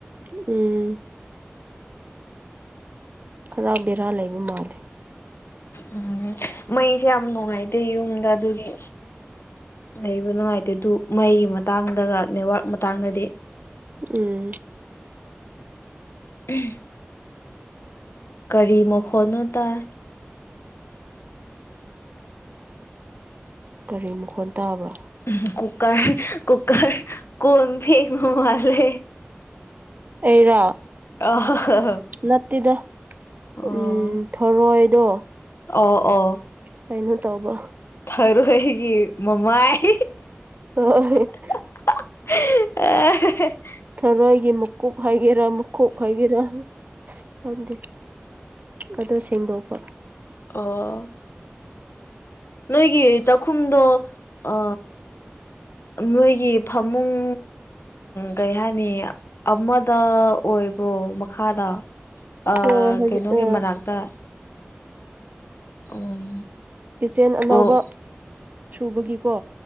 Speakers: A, on the right (about 40°); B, on the left (about 65°).
A: ꯎꯝ ꯈꯔ ꯕꯦꯔꯥ ꯂꯩꯕ ꯃꯥꯜꯂꯦ
B: ꯎꯝ ꯃꯩꯁꯦ ꯌꯥꯝ ꯅꯨꯡꯉꯥꯏꯇꯦ ꯌꯨꯝꯗ ꯑꯗꯨꯒꯤ ꯂꯩꯕ ꯅꯨꯡꯉꯥꯏꯇꯦ ꯑꯗꯨ ꯃꯩꯒꯤ ꯃꯇꯥꯡꯗꯒ ꯅꯦꯠꯋꯥꯔꯛ ꯃꯇꯥꯡꯗꯗꯤ
A: ꯎꯝ
B: <unintelligible> ꯀꯔꯤ ꯃꯈꯣꯟꯠꯅꯣ ꯇꯥꯏ
A: ꯀꯔꯤ ꯃꯈꯣꯟ ꯇꯥꯕ꯭ꯔꯣ
B: ꯎ ꯀꯨꯀ ꯀꯨꯀ ꯀꯣꯟ ꯐꯦꯡ ꯃꯍꯂꯦ
A: ꯑꯩꯔꯣ
B: <unintelligible>
A: ꯅꯠꯇꯦꯗ
B: ꯑꯣ
A: ꯎꯝ ꯊꯣꯔꯣꯏꯗꯣ
B: ꯑꯣ ꯑꯣ
A: ꯀꯩꯅꯣ ꯇꯧꯕ
B: ꯊꯔꯣꯏꯒꯤ ꯃꯃꯥꯏ
A: <unintelligible>
B: <unintelligible>
A: ꯊꯔꯣꯏꯒꯤ ꯃꯨꯀꯨꯞ ꯍꯥꯏꯒꯦꯔꯥ ꯃꯨꯈꯨꯞ ꯍꯥꯏꯒꯦꯔꯥ ꯈꯪꯗꯦ ꯑꯗꯣ ꯁꯦꯡꯗꯣꯛꯄ
B: ꯑꯣ ꯅꯣꯏꯒꯤ ꯆꯥꯛꯈꯨꯝꯗꯣ ꯑ ꯅꯣꯏꯒꯤ ꯐꯃꯨꯡ ꯀꯩ ꯍꯥꯏꯅꯤ ꯑꯃꯗ ꯑꯣꯏꯕꯣ ꯃꯈꯥꯗ ꯑ
A: ꯍꯣꯏ ꯍꯧꯖꯤꯛ
B: ꯀꯩꯅꯣꯒꯤ
A: ꯑ
B: ꯃꯅꯥꯛꯇ ꯎꯝ
A: ꯀꯤꯆꯦꯟ ꯑꯅꯧꯕ
B: ꯑꯣ
A: ꯁꯨꯕꯒꯤꯀꯣ